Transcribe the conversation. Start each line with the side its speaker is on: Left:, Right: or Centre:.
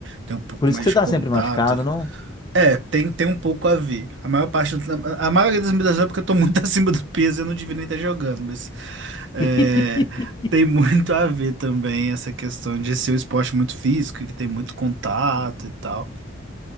Right: tem um pouco
Left: Por isso
Right: mais
Left: que você
Right: de
Left: tá
Right: contato.
Left: sempre machucado, não?
Right: É, tem, tem um pouco a ver. A maior parte, a maioria das medidas é porque eu tô muito <laughs> acima do peso, eu não devia nem estar jogando, mas é,
Left: <laughs>
Right: tem muito a ver também essa questão de ser um esporte muito físico, que tem muito contato e tal.